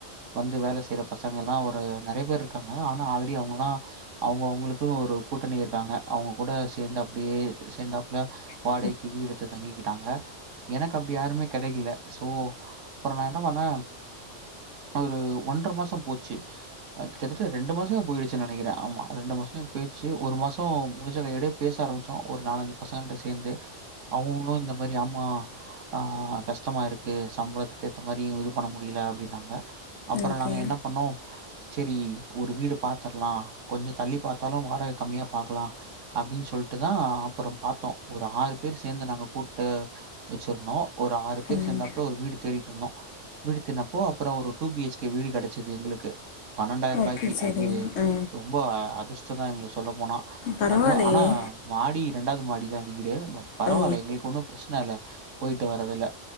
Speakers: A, on the right; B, on the left.
A: வந்து வேல செய்ற பசங்க எல்லா ஒரு நறையா பேர் இருக்காங்க ங்க ஆனா ஆல்ரெடி அவங்கல்லா அவங்க அவங்களுக் குனு ஒரு கூட்டணி இருக்காங்க அவங்க கூட சேந்து அப்டியே சேந்தாப்ல வாடகைக்கு
B: ஓகே
A: வீடு எடுத்து தங்கிக்கிட்டாங்க எனக்கு அப்டி யாருமே கெடைக்கல சோ அப்புறோ நா என்ன பண்ண ஒரு ஒன்ற மாசோ போச்சு கிட்டத்தட்ட ரெண்டு மாசமே போயிடுச் சு நெனைக்கிற ஆமா ரெண்டு மாசமே போயிருச் ஒரு மாசோ முடுஞ்ச கையோடயே பேச ஆம்பிச்சோ ஒரு நாலஞ்சு பசங்கள்ட சேந்து அவங்களு இந்த மாரி ஆம்மா ஆ கஷ்டமா இருக்கு சம்பளத்துக்கு ஏத்த மாரி இது பண்ண முடில அப்டின்னாங்க அப்புறோ
B: ஓகே
A: நாங்க என்ன பண்ணோ சேரி ஒரு வீடு பாத்தர்லா கொஞ்சோ தள்ளி பாத்தாலு வார் கம்மியா பாக்கலா அப்டின் சொல்ட்டுதா அப்புறோம் பாத்தோ ஒரு ஆறு பேர் சேந்து நாங்க கூட்டு வெச்சுருந்தோ ஒரு ஆறு பேர்
B: ம்
A: சேந்தாப்ல ஒரு வீடு தேடிட்டு இருந்தோ வீடு தேனப்போ அப்புறோ ஒரு டூ பிஹெச்கே வீடு கெடைச்சுது எங்களுக்கு பன்னெண்டாயிரூபாய்க்கு
B: ஓகே சரிங்க
A: அது
B: ஆ
A: ரொம்ப அதுஸ் ச்சதா எங்களுக்ஸ் போனா
B: பரவாயில்லையே
A: அதுவு ஆனா மாடி ரெண்டாவது மாடி தான் வீடு பட் பரவால்ல
B: ஓ
A: எங்களுக்கு ஒண்ணு பிரச்சன இல்ல போயிட்டு வரறதுல